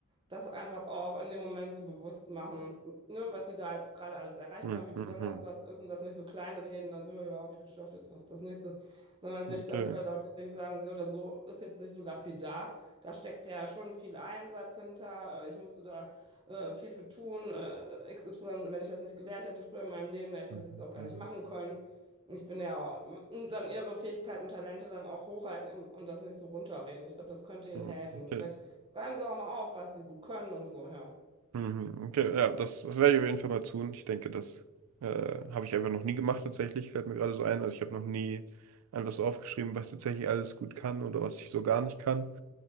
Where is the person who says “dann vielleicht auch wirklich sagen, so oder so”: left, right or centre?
Right